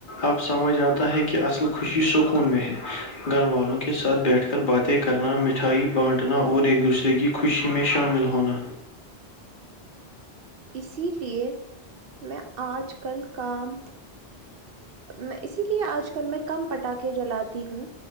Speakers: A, on the left; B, on the right.
A: اب سمجھ آتا ہے کہ اصل خوشی سکون میں ہے گھر والوں کے ساتھ بیٹھ کر باتیں کرنا مٹھائی بانٹنا اور ایک دوسرے کی خوشی میں شامل ہونا
B: اسی لیے میں آج کل کام میں اسی لیے آج کل میں کم پٹاخے جلاتی ہوں